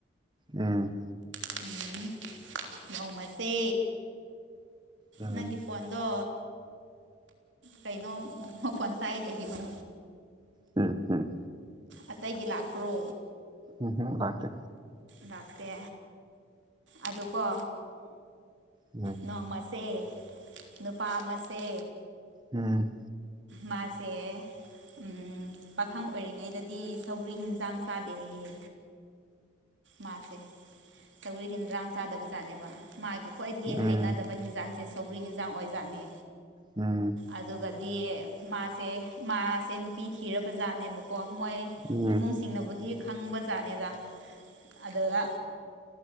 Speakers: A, on the right; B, on the right.
A: ꯎꯝ
B: <unintelligible> ꯅꯣꯡꯃꯁꯦ
A: ꯎꯝ
B: ꯅꯪꯒꯤ ꯐꯣꯟꯗꯣ ꯀꯩꯅꯣꯝ ꯃꯈꯣꯟ ꯇꯥꯏ ꯀꯩꯒꯤꯅꯣ
A: ꯎꯝ ꯎꯝ
B: ꯑꯇꯩꯒꯤ ꯂꯥꯛꯄ꯭ꯔꯣ
A: ꯎꯝ ꯍꯝ ꯂꯥꯛꯇꯣꯏ
B: ꯂꯥꯛꯇꯦ ꯑꯗꯣꯀꯣ
A: ꯎꯝ
B: ꯅꯣꯡꯃꯁꯦ ꯅꯨꯄꯥ ꯑꯃꯁꯦ
A: ꯎꯝ
B: ꯃꯥꯁꯦ ꯎꯝ ꯄꯥꯈꯪ ꯑꯣꯏꯔꯤꯉꯩꯗꯗꯤ ꯁꯧꯒ꯭ꯔꯤ ꯍꯟꯖꯥꯡ ꯆꯥꯗꯦ ꯍꯥꯏꯌꯦ ꯃꯥꯁꯦ ꯇꯧꯔꯤ ꯍꯦꯟꯗ꯭ꯔꯥꯡ ꯆꯥꯗꯕꯖꯥꯠꯅꯦꯕ ꯃꯥꯒꯤ ꯈ꯭ꯋꯥꯏꯗꯒꯤ
A: ꯎꯝ
B: ꯍꯩꯅꯗꯕ ꯃꯣꯏ ꯍꯦꯟꯖꯥꯡꯁꯦ ꯁꯧꯒ꯭ꯔꯤ ꯍꯦꯟꯖꯥꯡ ꯑꯣꯖꯥꯠꯅꯦ
A: ꯎꯝ
B: ꯑꯗꯨꯒꯗꯤ ꯃꯥꯁꯦ ꯃꯥꯁꯦ ꯅꯨꯄꯤ ꯊꯤꯔꯕ ꯖꯥꯠꯅꯦꯕꯀꯣ ꯃꯣꯏ
A: ꯎꯝ
B: ꯏꯃꯨꯡꯁꯤꯡꯅꯕꯨꯗꯤ ꯈꯪꯕ ꯖꯥꯠꯅꯤꯗ ꯑꯗꯨꯗ